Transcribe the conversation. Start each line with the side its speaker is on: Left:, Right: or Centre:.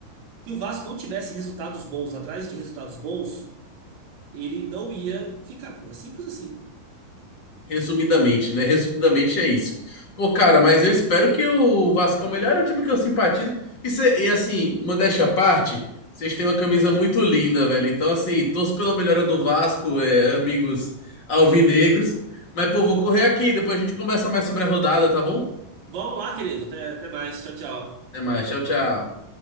Right: Se o Vasco não tivesse resultados bons atrás de resultados bons, ele não ia ficar, pô. É simples assim.
Left: Resumidamente, né? Resumidamente é isso. Pô, cara, mas eu espero que o Vascão melhore, é o time que eu simpatizo. E, cê- e, assim, modéstia à parte, vocês têm uma camisa
Right: Aham.
Left: muito linda, velho. Então, assim, torço pela melhora do Vasco, é, amigos alvinegros. Mas, pô, vou correr aqui, depois a gente conversa mais sobre a rodada, tá bom?
Right: Vamos lá, querido. Até, até mais. Tchau, tchau.
Left: Até mais, tchau, tchau.